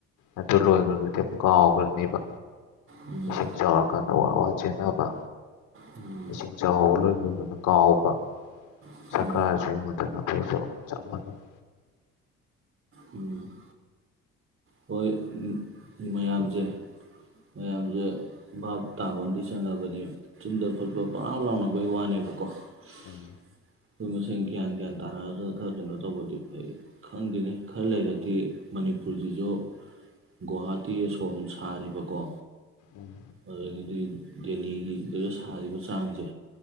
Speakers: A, on the left (about 85°); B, on the right (about 45°).
A: ꯑꯗꯨ ꯂꯣꯏꯈ꯭ꯔꯒꯗꯤ ꯑꯃꯨꯛ ꯀꯥꯎꯈ꯭ꯔꯅꯦꯕ
B: ꯎꯝ
A: ꯏꯁꯤꯡ ꯆꯥꯎꯔꯀꯥꯟꯗ ꯋꯥ ꯋꯥ ꯆꯦꯟꯅꯕ
B: ꯎꯝ
A: ꯏꯁꯤꯡ ꯆꯥꯎꯕ ꯂꯣꯏ ꯂꯣꯏꯕꯅ ꯀꯥꯎꯕ
B: ꯎꯝ
A: ꯁꯔꯀꯥꯔꯁꯨ ꯑꯩꯉꯣꯟꯗꯅ ꯐꯖꯕ ꯆꯞ ꯃꯥꯟꯅꯩ
B: ꯎꯝ ꯍꯣꯏ ꯃꯌꯥꯝꯁꯦ ꯃꯌꯥꯝꯁꯦ ꯕꯥ ꯇꯥꯕ ꯑꯝ ꯆꯪꯉꯕꯅꯦ ꯆꯤꯟꯗ ꯈꯣꯠꯄ ꯄꯥꯎ ꯂꯥꯎꯅꯕꯒꯤ ꯋꯥꯅꯦꯕꯀꯣ ꯑꯩꯈꯣꯏ
A: ꯎꯝ
B: ꯃꯁꯦꯟꯒꯤ ꯒ꯭ꯌꯥꯟ ꯒ꯭ꯌꯥꯟ ꯇꯥꯅꯔꯒ ꯈꯔ ꯀꯩꯅꯣ ꯇꯧꯕꯗꯤ ꯐꯩ ꯈꯪꯗꯦꯅꯤ ꯈꯔ ꯂꯩꯔꯗꯤ ꯃꯅꯤꯄꯨꯔꯁꯤꯁꯨ ꯒꯨꯍꯥꯇꯤ ꯑꯁꯣꯝ ꯁꯥꯔꯤꯕꯀꯣ
A: ꯎꯝ
B: ꯑꯗꯨꯗꯒꯤꯗꯤ ꯗꯦꯂꯤꯒꯤꯗꯨꯒ ꯁꯥꯔꯤꯕ ꯆꯥꯡꯁꯦ